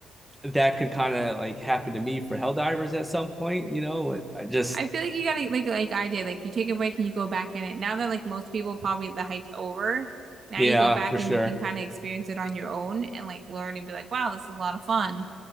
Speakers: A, in the centre; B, on the right.
A: that can kind of like happen to me for Helldivers at some point, you know? Like, I just
B: I feel like you gotta like like I did, like you take a break and you go back in it. Now that like most people probably the hype's over, now
A: yeah,
B: you go back
A: for
B: and
A: sure.
B: you can kind of experience it on your own and like learn and be like, wow, this is a lot of fun.